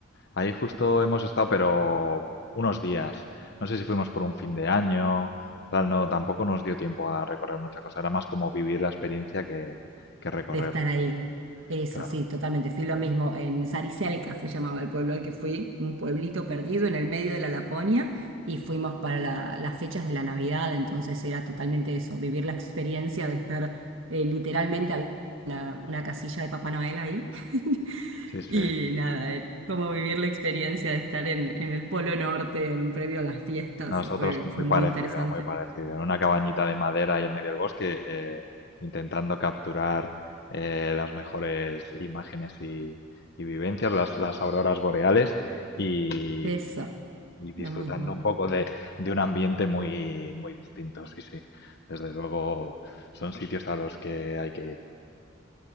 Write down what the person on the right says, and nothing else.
de estar ahí. Eso,
sí, totalmente. Fui lo mismo en Sariselka, se llamaba el pueblo al que fui, un pueblito perdido en el medio de la Laponia, y fuimos para la- las fechas de la Navidad, entonces era totalmente eso, vivir la experiencia de estar eh, literalmente había una, una casilla de Papá Noel ahí, <laughs>
y nada, eh, como vivir la experiencia de estar en, en el Polo Norte en previo a las fiestas,
eh, fue,
fue muy
interesante.
Eso,
lo mismo.